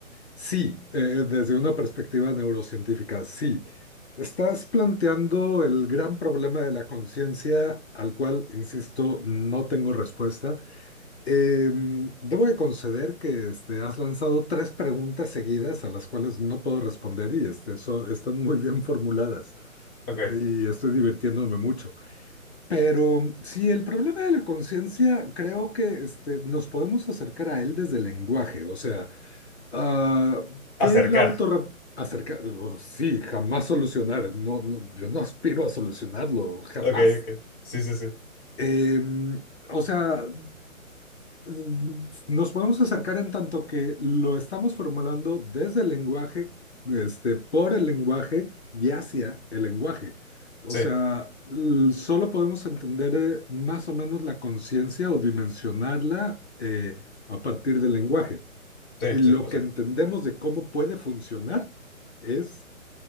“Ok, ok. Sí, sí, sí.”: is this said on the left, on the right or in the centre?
Left